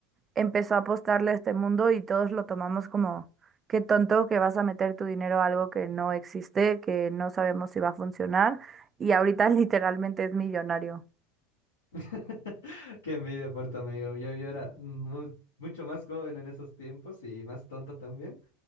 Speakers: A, on the right; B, on the left.
A: empezó a apostarle a este mundo y todos lo tomamos como, qué tonto que vas a meter tu dinero a algo que no existe, que no sabemos si va a funcionar. Y ahorita <laughs> literalmente es millonario.
B: <laughs> Qué envidia por tu amigo. Yo, yo era mu- mucho más joven en esos tiempos y más tonto también.